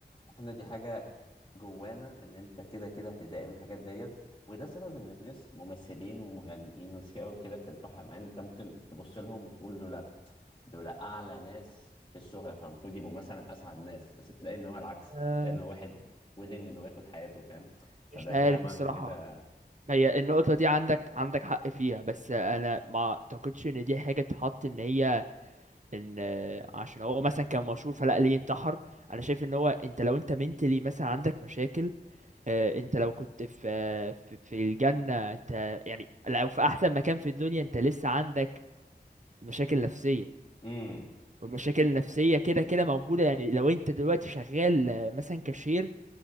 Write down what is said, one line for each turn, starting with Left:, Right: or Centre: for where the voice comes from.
Left: احنا دي حاجة جوانا ان انت كده كده هتتضايق من الحاجات ديت وده سبب ان في ناس ممثلين ومغنيين وناس كده وكده بتنتحر مع ان انت ممكن تبص لهم وتقول له لا دول اعلى ناس في الشهرة فالمفروض يبقوا مثلا اسعد ناس بس بتلاقي ان هو العكس
Right: آه،
Left: تلاقي ان هو واحد ويدنج ان هو ياخد حياته فاهم فده
Right: مش عارف
Left: كده معنى
Right: الصراحة
Left: كده
Right: هي النقطة دي عندك عندك حق فيها بس أنا ما أعتقدش إن دي حاجة تحط إن هي ان آه، عشان هو مثلا كان مشهور فلا ليه انتحر انا شايف ان هو انت لو انت منتلي مثلا عندك مشاكل آه، انت لو كنت في آه، في في الجنة انت يعني لو في احسن مكان في الدنيا انت لسه عندك مشاكل نفسية
Left: امم
Right: والمشاكل النفسية كده كده موجودة يعني لو انت دلوقتي شغال آه، مثلا كاشير